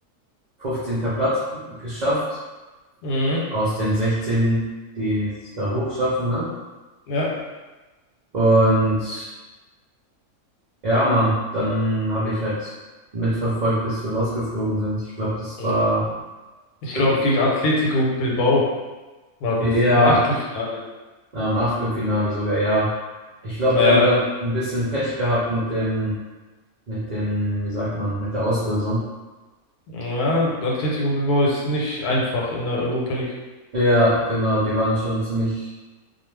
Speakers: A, on the right; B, on the left.
A: 15. Platz geschafft.
B: Mhm.
A: aus den 16, die es da hochschaffen, ne?
B: Ja.
A: Und ja, Mann, dann habe ich halt mitverfolgt, bis wir rausgeflogen sind. Ich glaube, das
B: Mhm.
A: war
B: Ich
A: Viertel,
B: glaube, gegen Atletico Bilbao war das
A: ja,
B: im Achtelfinale.
A: ähm, Achtelfinale sogar, ja. Ich glaube,
B: Äh,
A: wir haben dann ein bisschen Pech gehabt mit dem, mit dem, wie sagt man, mit der Auslösung.
B: ja, Atletico Bilbao ist nicht einfach in der Europa League.
A: Ja, genau, die waren schon ziemlich,